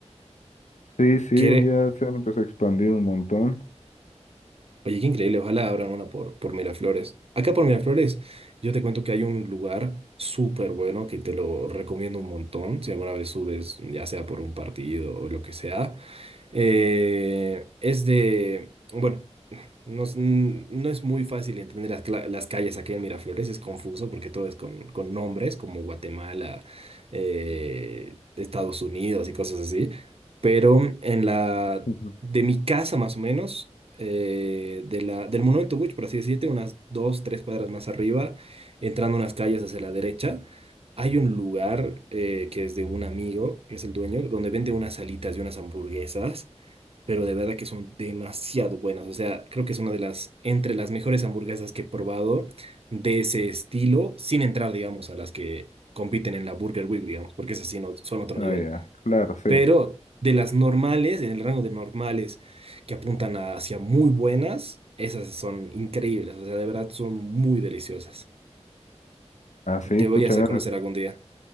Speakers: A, on the left; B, on the right.
A: Sí, sí,
B: Quiere,
A: ya se han empezado a expandir un montón.
B: Oye, qué increíble, ojalá abran una por, por Miraflores. Acá por Miraflores, yo te cuento que hay un lugar súper bueno que te lo recomiendo un montón, si alguna vez subes, ya sea por un partido o lo que sea. Eh, es de, bueno, no, es no es muy fácil entender las, cla- las calles aquí en Miraflores, es confuso porque todo es con, con nombres como Guatemala, eh, Estados Unidos y cosas así, pero en la,
A: Ujú.
B: de mi casa más o menos, eh, de la, del Monumento Bush, por así decirte, unas dos, tres cuadras más arriba, entrando unas calles hacia la derecha. Hay un lugar eh, que es de un amigo, que es el dueño, donde vende unas alitas y unas hamburguesas pero de verdad que son demasiado buenas. O sea, creo que es una de las, entre las mejores hamburguesas que he probado de ese estilo, sin entrar, digamos, a las que compiten en la Burger Week, digamos, porque esas sí no, son otro
A: Ah,
B: nivel.
A: ya, claro, sí.
B: Pero de las normales, en el rango de normales que apuntan a- hacia muy buenas, esas son increíbles. O sea, de verdad son muy deliciosas.
A: Así,
B: Te
A: pucha,
B: voy a hacer
A: me
B: conocer
A: haces
B: algún día.